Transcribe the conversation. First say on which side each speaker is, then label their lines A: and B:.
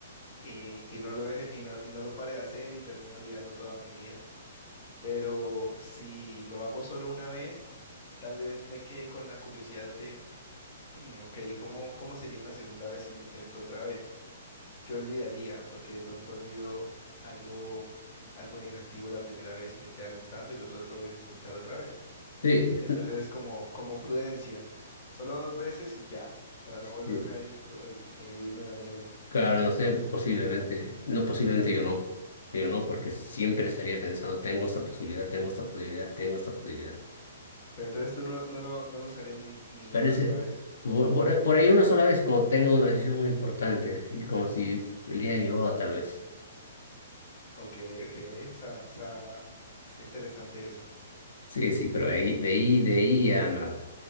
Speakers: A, on the left; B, on the left.
A: Y, y no lo deje, y no, y no lo pare de hacer y termino olvidando toda mi vida. Pero si lo hago solo una vez, tal vez me quede con la curiosidad de, "Hmm, ok, ¿cómo, cómo sería una segunda vez si lo intento otra vez? ¿Qué olvidaría? Porque de pronto olvido algo, algo negativo la primera vez y me queda gustando y lo trato de intentar otra vez.
B: Sí,
A: Sí, entonces es como, como prudencia. Solo dos veces y ya, para no volverme
B: sí.
A: adicto y, e irme a la mierda.
B: claro, no sé, posiblemente, no, posiblemente yo no, yo no, porque siempre estaría pensando, tengo esta posibilidad, tengo esta posibilidad, tengo esta posibilidad.
A: Pero entonces tú no, no lo, no lo usarías ni, ni
B: Parece,
A: una sola vez.
B: por, por- por ahí una sola vez, como tengo una decisión muy importante, y como si el día de mi boda, tal vez.
A: Ok, ok, está, está, está interesante eso.
B: Sí, sí, pero ahí, de ahí, de ahí ya nada.